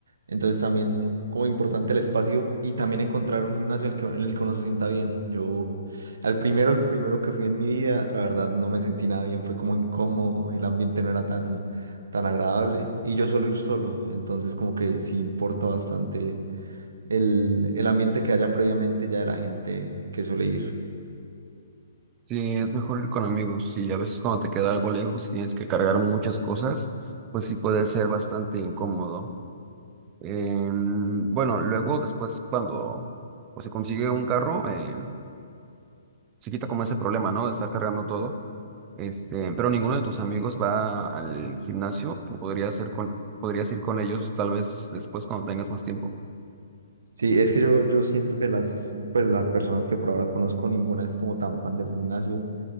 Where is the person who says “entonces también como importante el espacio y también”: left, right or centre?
Right